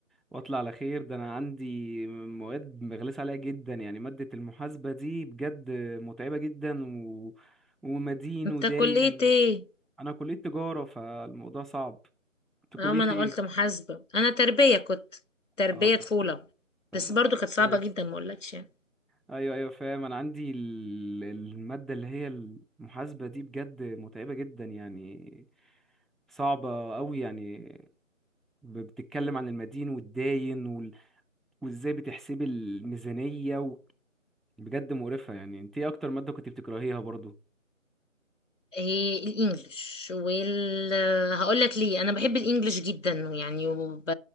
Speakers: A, in the centre; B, on the left.
A: واطلع على خير ده انا عندي مواد مغلس عليها جدا يعني مادة المحاسبة دي بجد متعبة جدا و... ومدين
B: انت
A: وداين
B: كليه ايه
A: انا كلية تجارة فالموضوع صعب انت كلية
B: اه ما انا
A: ايه
B: قلت محاسبة انا تربية كنت تربية
A: اه طب
B: طفولة
A: طب
B: بس
A: اه
B: برضو كانت صعبة
A: كويس
B: جدا ما اقولكش يعني
A: ايوه ايوه فاهم انا عندي ال- المادة اللي هي المحاسبة دي بجد متعبة جدا يعني صعبة قوي يعني ب- بتتكلم عن المدين والداين وازاي بتحسبي الميزانية و... بجد مقرفة يعني انت ايه اكتر مادة كنت بتكرهيها برضو
B: إيه الانجليش وال هقول لك ليه انا بحب الانجليش جدا يعني وب...